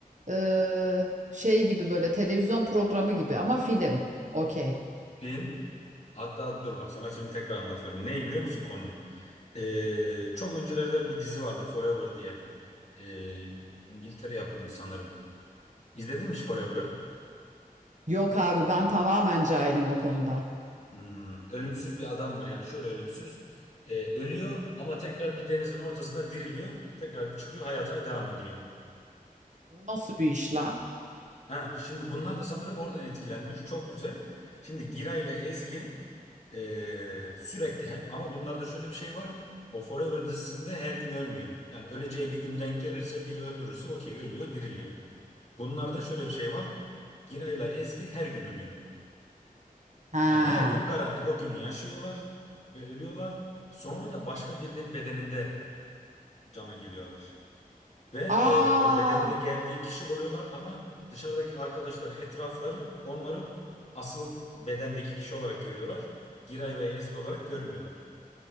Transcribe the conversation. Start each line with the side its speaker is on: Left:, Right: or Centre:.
Right: Ee, şey gibi böyle televizyon programı gibi ama film. Okey.
Left: Film hatta dur bak sana şimdi tekrar anlatıyorum. Neyi biliyor musun konu? Ee, çok öncelerden bir dizi vardı Forever diye. Ee, İngiltere yapımı sanırım. İzledin mi hiç Forever'ı?
Right: Yok abi ben tamamen cahilim o konuda.
Left: Hmm, ölümsüz bir adam var yani şöyle ölümsüz Ee, ölüyor ama tekrar bir denizin ortasında diriliyor tekrar çıkıyor hayatına devam ediyor.
Right: O nasıl bir iş la?
Left: Ha, şimdi bunlar da sanırım oradan etkilenmiş çok güzel. Şimdi Giray ile Ezgi ee, sürekli he- ama bunlarda şöyle bir şey var o Forever dizisinde her gün ölmüyor. Yani öleceği bir gün denk gelirse biri öldürürse okey ölüyor diriliyor. Bunlarda şöyle bir şey var Giray ile Ezgi her gün ölüyor.
Right: Ha.
Left: Yani her gün garanti o günü yaşıyorlar ve ölüyorlar. Sonra da başka birinin bedeninde cana geliyorlar. Ve
Right: Aa.
Left: e, o bedende geldiği kişi oluyorlar ama dışarıdaki arkadaşları, etrafları onları asıl bedendeki kişi olarak görüyorlar. Giray ve Ezgi olarak görmüyorlar.